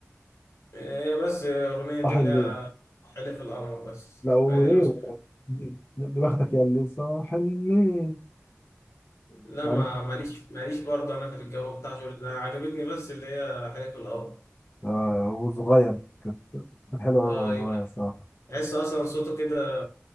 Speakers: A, on the left (about 75°); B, on the left (about 45°).
A: إيه بس أغنية اللي
B: صح الليل
A: هي حلف القمر بس
B: لا وايه
A: هي دي اللي بس
B: بختك يا اللي صاح الليل
A: لا
B: عارف
A: ما ماليش ماليش برضه أنا في الجو بتاع شغل ده عجبتني بس اللي هي حلف القمر
B: آه هو صغير كانت كانت حلوه قوي
A: آه،
B: وهو
A: أيوه
B: صغير الصراحه
A: تحس أصلا صوته كده